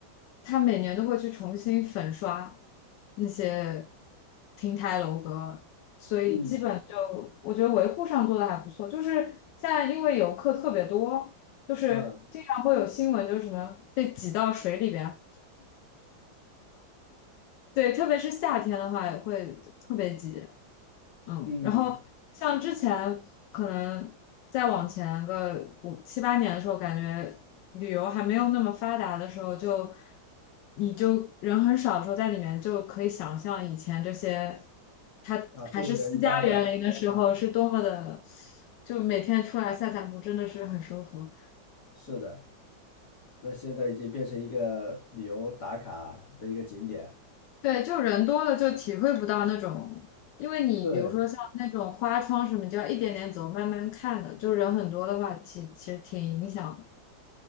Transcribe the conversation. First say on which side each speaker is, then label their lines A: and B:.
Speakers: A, on the left; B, on the left.
A: 他每年都会去重新粉刷那些亭台楼阁，所以基本就我觉得维护上做的还不错。
B: 嗯
A: 就是现在因为游客特别多，就是经常会有新闻，
B: 嗯
A: 就是什么被挤到水里边，对，特别是夏天的话也会特别挤。嗯，
B: 嗯，
A: 然后像之前可能再往前个五七八年的时候，感觉旅游还没有那么发达的时候就，你就人很少的时候，在里面就可以想象以前这些，它还是私家园林的时候是多么的，
B: 大户人家的啊，
A: 就每天出来散散步真的是很舒服。
B: 是的，那现在已经变成一个旅游打卡的一个景点。
A: 对，就人多了就体会不到那种，因为你比如说像那种花窗什么，
B: 对，
A: 你就要一点点走，慢慢看的，就人很多的话，其其实挺影响的。